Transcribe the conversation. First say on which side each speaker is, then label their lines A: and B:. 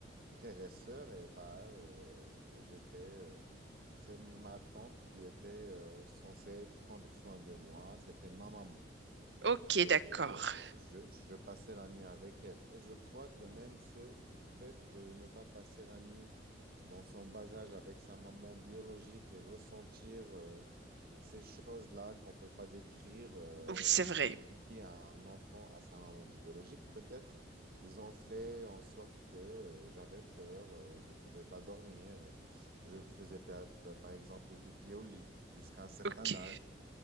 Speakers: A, on the right; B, on the right.
A: frères et sœurs, et bah, euh, j'étais, euh, c'est ma tante qui était euh, censée prendre soin de moi. C'était ma maman.
B: ok,
A: Et
B: d'accord.
A: euh, je, je passais la nuit avec elle. Et je crois que même ce fait de ne pas passer la nuit dans son bas âge avec sa maman biologique et ressentir euh, ces choses-là qu'on ne peut pas décrire, euh,
B: Oui, c'est vrai.
A: qui lie un enfant à sa maman biologique, peut-être ils ont fait en sorte que euh, j'avais peur, euh, je ne pouvais pas dormir. Je faisais par, par exemple pipi au lit jusqu'à un certain
B: Ok,
A: âge.